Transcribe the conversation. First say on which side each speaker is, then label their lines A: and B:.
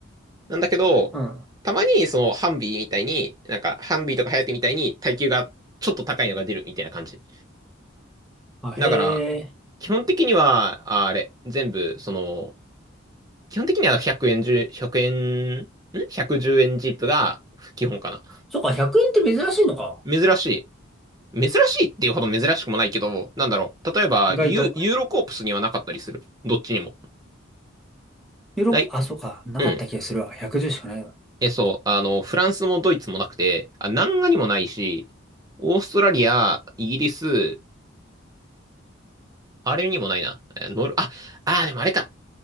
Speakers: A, on the right; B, in the centre.
A: なんだけど、
B: ううん。
A: たまにそのハンビーみたいに、なんかハンビーとかハヤテみたいに耐久がちょっと高いのが出るみたいな感じ。
B: あ、
A: だから、
B: へえ。
A: 基本的には、ああれ、全部、その、基本的には100円10、100円、ん ?110 円ジープが基本かな。
B: そっか、100円って珍しいのか。
A: 珍しい。珍しいっていうほど珍しくもないけど、なんだろう。例えば、
B: 意外と。
A: ユ、ユーロコープスにはなかったりする。どっちにも。
B: よろこ、
A: ない
B: あ、そうか。なかった気がするわ。
A: うん。
B: 110しかないわ。
A: え、そう。あの、フランスもドイツもなくて、あ、南画にもないし、オーストラリア、イギリス、あれにもないな。えーノル、あ、あー、でもあれか。